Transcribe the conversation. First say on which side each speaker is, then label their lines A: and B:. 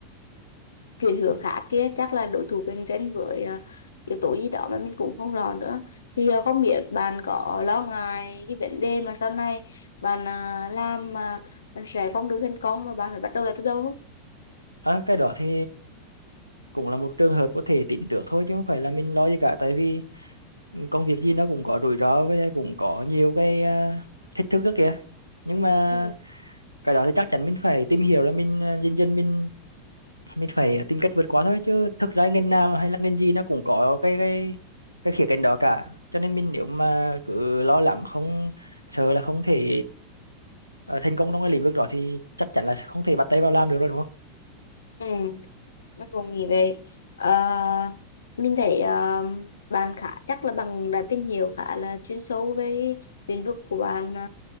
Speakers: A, on the left (about 70°); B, on the right (about 90°).
A: chuyển hướng khác kia chắc là đối thủ cạnh tranh với ờ, yếu tố gì đó mà mình cũng không rõ nữa thì ờ, không biết bạn có lo ngại cái vấn đề mà sau này bạn ờ, làm mà bạn sẽ không được thành công mà bạn phải bắt đầu lại từ đầu không?
B: à, cái đó thì cũng là một trường hợp có thể tính trước thôi chứ không phải là mình lo gì cả tại vì công việc gì nó cũng có rủi ro với lại cũng có nhiều cái à, thách thức đó kìa nhưng mà
A: Ừ.
B: cái đó thì chắc chắn mình phải tìm hiểu rồi mình à, dần dần mình mình phải tìm cách vượt qua thôi chứ thực ra ngành nào hay là ngành gì nó cũng có cái cái cái khía cạnh đó cả cho nên mình nếu mà cứ lo lắng không sợ là không thể ờ, thành công trong cái lĩnh vực đó thì chắc chắn là không thể bắt tay vào làm được rồi đúng không
A: Ừ. Bác cùng nghĩ về Ờ, mình thấy ờ, bạn khá chắc là bạn đã tìm hiểu khá là chuyên sâu về lĩnh vực của bạn ờ,